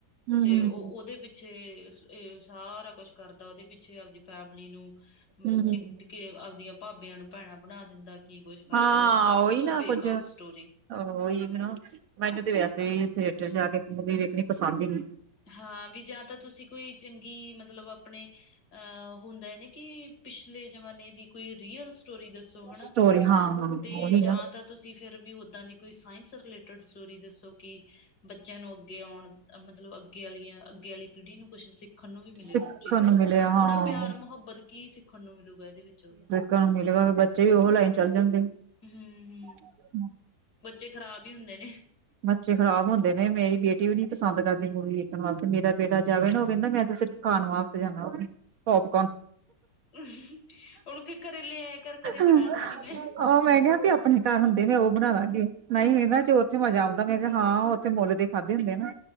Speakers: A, on the right (about 65°); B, on the left (about 65°).
A: ਹੂੰ-ਹੂੰ,
B: ਤੇ ਉਹ ਉਹਦੇ ਪਿਛ ਪਿੱਛੇ, ਏ ਸਾਰਾ ਕੁਛ ਕਰਦਾ ਉਹਦੇ ਪਿੱਛੇ ਆਪਦੀ ਫੈਮਲੀ ਨੂੰ,
A: ਹੂੰ-ਹੂੰ।
B: ਕਿ ਕਿ ਆਪਦੀਆਂ ਭਾਬਿਆਂ ਨੂੰ ਭੈਣਾਂ ਬਣਾ ਦਿੰਦਾ ਕੀ ਕੁਛ ਕਰਦਾ
A: ਹਾਂ
B: ਉਹ ਸਭ
A: ਉਹੀ
B: ਤੋਂ
A: ਨਾ
B: ਬੇਕਾਰ
A: ਕੁੱਝ
B: ਸਟੋਰੀ
A: ਉਹੀ ਨਾ ਮੈਨੂੰ ਤੇ ਵੈਸੇ ਵੀ ਥੀਏਟਰ 'ਚ ਆ ਕੇ ਮੂਵੀ ਵੇਖਣੀ ਪਸੰਦ ਹੀ ਨਹੀਂ
B: ਹਾਂ, ਵੀ ਜਾਂ ਤਾਂ ਤੁਸੀਂ ਕੋਈ ਚੰਗੀ ਮਤਲਬ ਆਪਣੇ, ਆਂ ਹੁੰਦਾ ਨਾ ਕਿ ਪਿਛਲੇ ਜਮਾਨੇ ਦੀ ਕੋਈ ਰੀਅਲ ਸਟੋਰੀ ਦੱਸੋ ਹਨਾ,
A: ਸਟੋਰੀ ਹਾਂ ਹਾਂ
B: ਤੇ
A: ਉਹੀ ਨਾ
B: ਜਾਂ ਤਾਂ ਤੁਸੀਂ ਫਿਰ ਵੀ ਉਦਾਂ ਦੀ ਕੋਈ ਸਾਇੰਸ ਰਿਲੇਟਿਡ ਸਟੋਰੀ ਦੱਸੋ ਕਿ ਬੱਚਿਆਂ ਨੂੰ ਅੱਗੇ ਆਉਣ ਮਤਲਬ ਅੱਗੇ ਵਾਲੀਆਂ ਅੱਗੇ ਵਾਲੀ ਪੀੜ੍ਹੀ ਨੂੰ ਕੁਛ ਸਿੱਖ ਸਿੱਖਣ ਨੂੰ ਵੀ
A: ਸਿੱਖਣ
B: ਮਿਲੇ ਉਸ ਚੀਜ਼
A: ਨੂੰ
B: ਤੋਂ,
A: ਮਿਲਿਆ ਹਾਂ
B: ਹੁਣ ਆ ਪਿਆਰ ਮੁਹੱਬਤ ਕੀ ਸਿੱਖਣ ਨੂੰ ਮਿਲੂਗਾ ਇਹਦੇ ਵਿੱਚੋਂ
A: ਗਾਹ ਨੂੰ ਮਿਲੇਗਾ ਫਿਰ ਬੱਚੇ ਵੀ ਉਹ ਲਾਈਨ ਚੱਲ ਜਾਂਦੇ
B: ਹਮ-ਹਮ
A: ਹਮ
B: ਬੱਚੇ ਖਰਾਬ ਹੀ ਹੁੰਦੇ ਨੇ
A: ਬੱਚੇ ਖਰਾਬ ਹੁੰਦੇ ਨੇ ਮੇਰੀ ਬੇਟੀ ਵੀ ਨੀ ਪਸੰਦ ਕਰਦੀ ਮੂਵੀ ਵੇਖਣ ਵਾਸਤੇ ਮੇਰਾ ਬੇਟਾ ਜਾਵੇ ਨਾ ਉਹ ਕਹਿੰਦਾ ਮੈਂ ਤੇ ਸਿਰਫ ਖਾਣ ਵਾਸਤੇ ਜਾਂਨਾ ਵਾ ਪੋਪਕੋਨ
B: ਉਨੂੰ ਕਈ ਘਰੇ ਲੈ ਆਇਆ ਕਰ ਘਰੇ
A: ਉਹ
B: ਬਣਾ ਦੂੰਗੀ ਮੈਂ
A: ਮੈਂ ਕਿਹਾ ਵੀ ਆਪਣੇ ਘਰ ਹੁੰਦੇ ਮੈਂ ਉਹ ਬਣਾ ਦਾਂਗੀ ਨਹੀਂ ਇੰਦਾ ਜੋ ਉੱਥੇ ਮਜ਼ਾ ਆਉਂਦਾ ਮੈਂ ਕਿਹਾ ਹਾਂ ਉੱਥੇ ਮੁੱਲ ਦੇ ਖਾਧੇ ਹੁੰਦੇ ਨਾ